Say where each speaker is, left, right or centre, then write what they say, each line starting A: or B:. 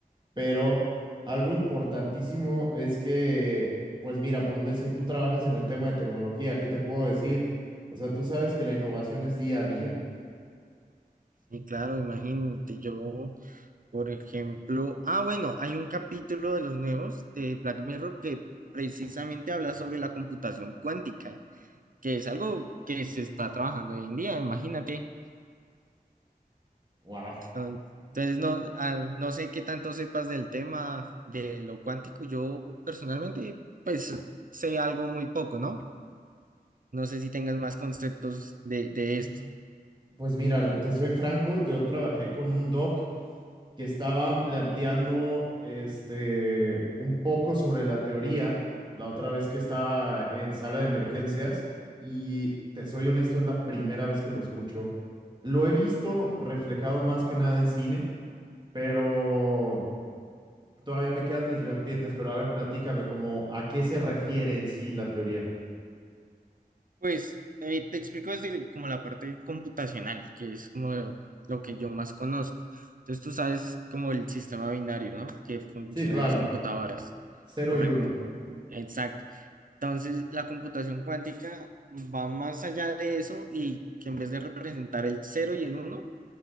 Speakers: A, on the right; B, on the right.
A: pero algo importantísimo es que, pues mira, por un decir, tú trabajas en el tema de tecnología, ¿qué te puedo decir? O sea, tú sabes que la innovación es día a día.
B: Y claro, imagínate yo, por ejemplo, ah, bueno, hay un capítulo de los nuevos de Black Mirror que precisamente habla sobre la computación cuántica, que es algo que se está trabajando hoy en día, imagínate.
A: Wow.
B: Ton- Entonces, no, ah, no sé qué tanto sepas del tema de lo cuántico. Yo personalmente, pues, sé algo muy poco, ¿no? No sé si tengas más conceptos de, de esto.
A: Pues mira, te soy franco, yo trabajé con un doc que estaban planteando este un poco sobre la teoría la otra vez que estaba en sala de emergencias y te soy honesto, es la primera vez que lo escucho. Lo he visto reflejado más que nada en cine, pero todavía me quedan mis vertientes, pero a ver, platícame como a qué se refiere en sí la teoría.
B: Pues, eh, te explico desde el- como la parte computacional, que es como lo, lo que yo más conozco. Entonces, tú sabes como el sistema binario, ¿no? Que funciona
A: Sí, claro,
B: en las computadoras.
A: cero
B: Correcto.
A: y uno.
B: Exacto. Entonces, la computación cuántica va más allá de eso y que en vez de representar el cero y el uno